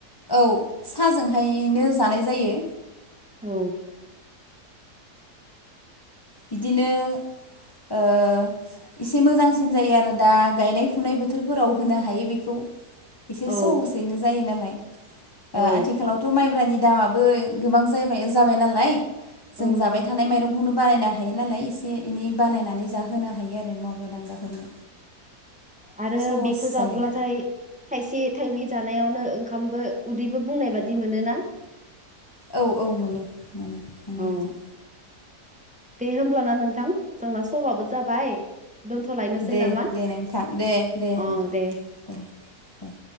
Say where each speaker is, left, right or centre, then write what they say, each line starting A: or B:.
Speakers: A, on the left; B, in the centre.
A: औ साहाजोंहायनो जानाय जायो।
B: औ।
A: बिदिनो
B: <inaudible>
A: ओ एसे मोजांसिन जायो आरो। दा गायनाय -फुनाय बोथोरफोराव होनो हायो बेखौ एसे
B: औ
A: सहसैनो जायो नालाय
B: औ
A: आथिखालावथ' माइब्रानि दामाबो गोबां ज- जाबाय नालाय
B: औ
A: जों जाबाय थानाय माइरंखौनो बानायन <unintelligible> हायो नालाय एसे एनै बानायनानै जाहोनो हायो। आरो मावग्रा दांग्राफोरनो
B: आरो
A: सहस
B: बेखौ
A: जायो
B: जाब्लाथाय थाइसे, थाइनै जानायावनो ओंखामबो उदैबो बुंनाय बादि मोनोना?
A: औ औ मोनो मोनो मोनो
B: औ
A: नोंथां।
B: दे होमब्लाना नोंथां जोंना समाबो जाबाय दोनथ'लायनोसै
A: दे
B: नामा
A: दे नोंथां दे दे
B: अ
A: नोंथां
B: दे
A: दे दे।